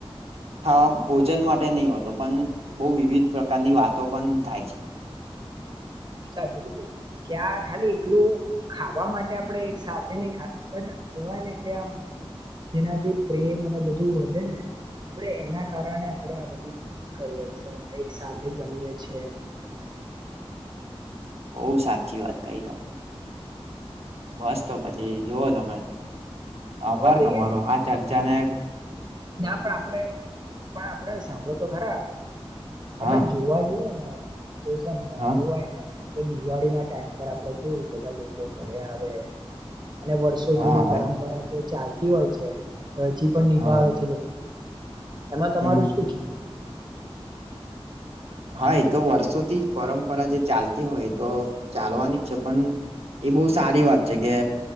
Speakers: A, on the right; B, on the right.
A: હા ભોજન માટે નઈ હોતો પણ બઉ વિવિધ પ્રકારની વાતો પન થાય છે.
B: સાચું કીધું ક્યા ખાલી એકલું ખાવા માટ્ ટે આપડે એક સાથે નહી ખાતા બટ કહેવાય ને કે આમ જેનાથી પ્રેમ અને બધું વધે ને આપડે એના કારણે આપડે આ બધું કરીએ છે અને એક સાથે જમીએ છે.
A: <inaudible> બઉ સાચી વાત કઈ તમે. બસ તો પછી જુઓ તમે
B: જોવા
A: આભાર
B: જઈએ
A: તમારો
B: ને
A: આ ચર્ચા ને
B: ના પણ આપડે પણ આપડે સાંભળો તો ખરા. આપડે
A: હા
B: જોવા જઈએ ને તો છે ને
A: હા
B: કેવાય ને કે દિવાળી ના ટાઈમ પર આપડે કેવું બધા લોકો ઘરે આવે અને વર્ષો
A: હા
B: જૂની
A: હવે
B: પરંપરા જે ચાલતી હોય છે હજી પણ નિભાવે
A: હા
B: છે એમાં તમારું
A: હમ
B: શું કે
A: હા તો વર્ષોથી જ પરંપરા જે ચાલતી હોય તો ચાલવાની જ છે પણ એ બહુ સારી વાત છે કે